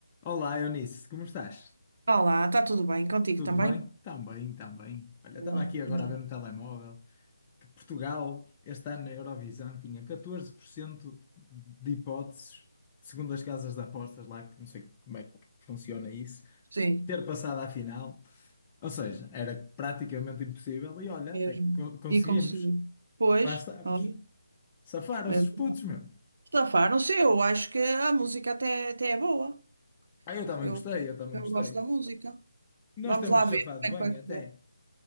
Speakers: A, on the left; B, on the right.
A: Olá, Eunice, como estás?
B: Olá, está tudo bem? Contigo
A: Tudo
B: também?
A: bem? Tão bem, tão bem. Olha,
B: Boa,
A: eu estava aqui agora
B: então,
A: a ver no telemóvel que Portugal, este ano na Eurovisão, tinha 14% de hipóteses, segundo as casas de apostas lá, que não sei como é que funciona isso,
B: Sim,
A: ter passado à final. Ou seja, era praticamente impossível e olha,
B: mesmo.
A: até que con- conseguimos.
B: E conseguiu. pois,
A: Lá estamos.
B: Olha,
A: Safaram-se
B: é,
A: os putos, meu.
B: estafaram-se. Eu acho que a música até, até é boa.
A: Ah, eu também
B: Eu,
A: gostei, eu também
B: eu
A: gostei.
B: gosto da música.
A: Nós
B: Vamos
A: temos-nos
B: lá ver
A: safado
B: como é
A: bem
B: que vai
A: até.
B: correr.